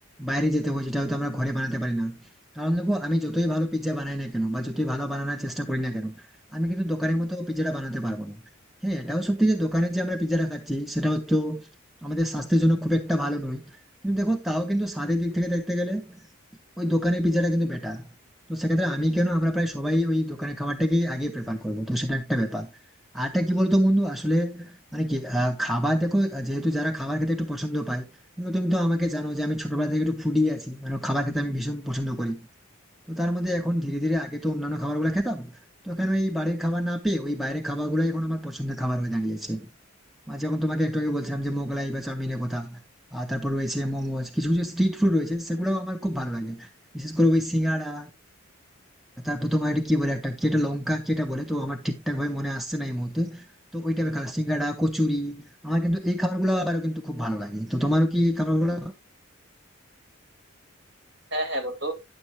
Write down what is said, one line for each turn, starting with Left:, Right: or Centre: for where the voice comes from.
Centre: বাইরে যেতে হয় যেটা হয়তো আমরা ঘরে বানাতে পারি না কারণ দেখো আমি যতই ভালো পিৎজা বানাই না কেন বা যতই ভালো বানানোর চেষ্টা করি না কেন আমি কিন্তু দোকানের মতো পিৎজাটা বানাতে পারবো না হ্যাঁ এটাও সত্যি যে দোকানে যে আমরা পিৎজাটা খাচ্ছি সেটা হচ্ছে আমাদের স্বাস্থ্যের জন্য খুব একটা ভালো নয় কিন্তু দেখো তাও কিন্তু স্বাদের দিক থেকে দেখতে গেলে ওই দোকানের পিৎজাটা কিন্তু বেটার তো সেক্ষেত্রে আমি কেন আমরা প্রায় সবাই ওই দোকানের খাবারটাকেই আগে প্রেফার করবো তো সেটা একটা ব্যাপার আর একটা কি বলতো বন্ধু আসলে মানে কি আহ, খাবার দেখো যেহেতু যারা খাবার খেতে একটু পছন্দ পায় কিন্তু তুমি তো আমাকে জানো যে আমি ছোটবেলা থেকে একটু ফুডি আছি মানে খাবার খেতে আমি ভীষণ পছন্দ করি তো তার মধ্যে এখন ধীরে ধীরে আগে তো অন্যান্য খাবারগুলো খেতাম তো এখন ওই বাড়ির খাবার না পেয়ে ওই বাইরের খাবারগুলোই এখন আমার পছন্দের খাবার হয়ে দাঁড়িয়েছে আর যেমন তোমাকে একটু আগে বলছিলাম যে মোগলাই বা চাউমিনের কথা আর তারপর রয়েছে মোমোজ কিছু কিছু স্ট্রিট ফুড রয়েছে সেগুলো আমার খুব ভালো লাগে বিশেষ করে ওই সিঙ্গাড়া তারপর তোমার এটা কি বলে একটা কি এটা লঙ্কা কি এটা বলে তো আমার ঠিকঠাক ভাবে মনে আসছে না এই মুহূর্তে তো ওই টাইপের খাবার সিঙ্গাড়া কচুরি আমার কিন্তু এই খাবারগুলো আবারও কিন্তু খুব ভালো লাগে তো তোমারও কি এই খাবারগুলো
Right: হ্যাঁ হ্যাঁ বন্ধু